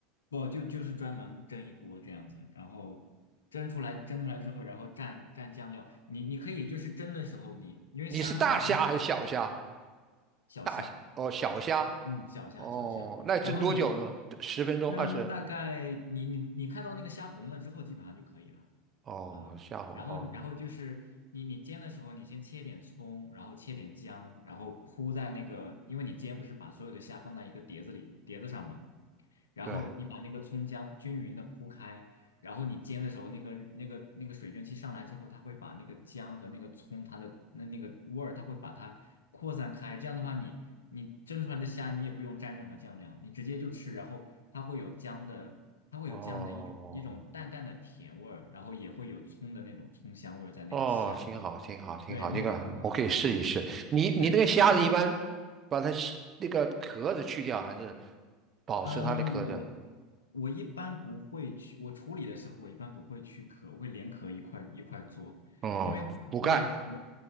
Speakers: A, on the left; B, on the right.
A: 不就就是专门蒸一锅这样子，然后蒸出来蒸出来之后，然后蘸蘸酱料。你你可以就是蒸的时候你，因为虾它本身有点
B: 你是大虾还是小虾？
A: 小虾，
B: 大虾哦小虾
A: 嗯，小虾小虾，
B: 哦，那蒸多久呢？
A: 然后你
B: 十分钟二十
A: 蒸大概你你你看到那个虾红了之后，基本上就可以了。
B: 哦虾红哦
A: 嗯，然后然后就是你你煎的时候，你先切点葱，然后切点姜，然后铺在那个，因为你煎不是把所有的虾放在一个碟子里碟子上嘛，然嗯后你把那个葱姜均匀的铺开，
B: 对
A: 然后你煎的时候，那个那个那个水蒸气上来之后，它会把那个姜和那个葱它的那那个味儿，它会把它扩散开。这样的话你，你蒸出来的虾你也不用蘸任何酱料，你直接就吃，然后它会有姜的，它会有姜的一种一种淡淡的甜味儿，
B: 哦
A: 然后也会有葱的那种葱香味儿在那个虾里，
B: 哦挺好挺好挺好，
A: 对，那种很好，
B: 这个我可以试一试。
A: 很好吃，
B: 你你那个虾子一般
A: 对。对
B: 把它洗那个壳子去掉还是保持它的壳子？
A: 嗯，我我一般不会去，我处理的时候我一般不会去壳，我会连壳一块一块做，
B: 哦补钙
A: 因为壳对壳